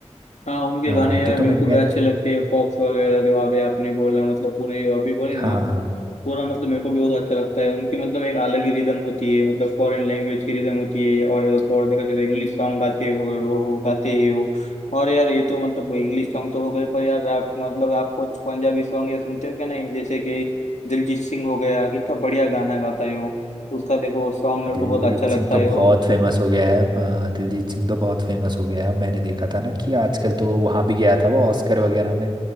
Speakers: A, on the left (about 80°); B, on the right (about 40°).
A: हाँ उनके
B: हाँ
A: गाने यार
B: तो तुम
A: मेरे
B: इंडियन
A: को भी अच्छे लगते हैं फॉक्स वगैरह जो अभी आपने बोला मतलब पूरे अभी बोले
B: हाँ
A: ना
B: हाँ
A: आपने पूरा मतलब मेरे को भी बहुत अच्छा लगता है उनकी मतलब एक अलग ही रिदम होती है मतलब फॉरेन लैंग्वेज की रिदम होती है और तो और देखा जाए तो इंग्लिश सॉन्ग गाते हो वो वो गाते हैं वो और यार ये तो मतलब इंग्लिश सॉन्ग तो हो गए पर यार रैप मतलब आप कुछ पंजाबी सॉन्ग या सुनते हो क्या नहीं जैसे कि दिलजीत सिंह हो गया कितना बढ़िया गाना गाता है वो उसका देखो सॉन्ग मेरे
B: दिलजीत
A: को बहुत अच्छा लगता
B: सिंह तो
A: है
B: बहुत
A: वो
B: फेमस हो गया है हाँ दिलजीत सिंह तो बहुत फेमस हो गया है मैंने देखा था ना कि आजकल तो वहाँ भी गया था वो ऑस्कर वगैरह में